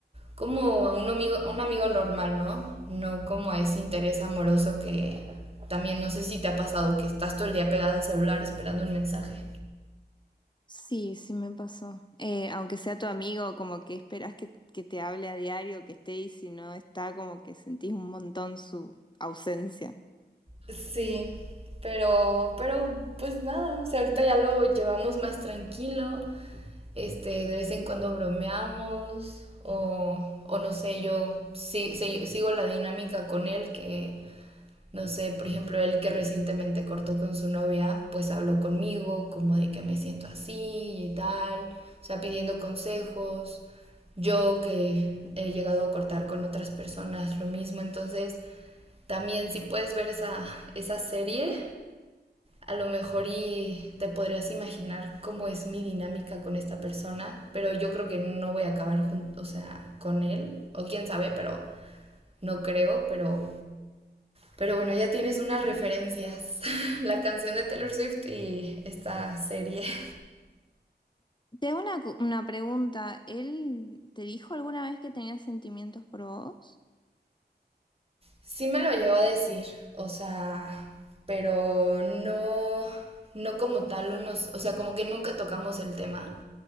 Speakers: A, on the right (about 35°); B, on the left (about 25°).
A: como a un amigo, a un amigo normal, ¿no? No como a ese interés amoroso que también no sé si te ha pasado que estás todo el día pegada al celular esperando un mensaje.
B: Sí, sí me pasó. Eh, aunque sea tu amigo, como que esperas que, que te hable a diario, que esté y si no está, como que sentís un montón su ausencia.
A: Sí, pero, pero pues nada, o sea, ahorita ya lo llevamos más tranquilo, este, de vez en cuando bromeamos o, o no sé, yo sí, sí- sigo la dinámica con él que, no sé, por ejemplo, él que recientemente cortó con su novia, pues habló conmigo como de que me siento así y tal, o sea, pidiendo consejos. Yo que he llegado a cortar con otras personas, lo mismo. Entonces, también si puedes ver esa, esa serie, a lo mejor y te podrías imaginar cómo es mi dinámica con esta persona, pero yo creo que no voy a acabar junto, o sea, con él, o quién sabe, pero no creo, pero pero bueno, ya tienes unas referencias, <laughs> la canción de Taylor Swift y esta serie. <laughs>
B: Te hago una, cu- una pregunta. ¿Él te dijo alguna vez que tenía sentimientos por vos?
A: Sí me lo llegó a decir, o sea, pero no no como tal unos, o sea, como que nunca tocamos el tema,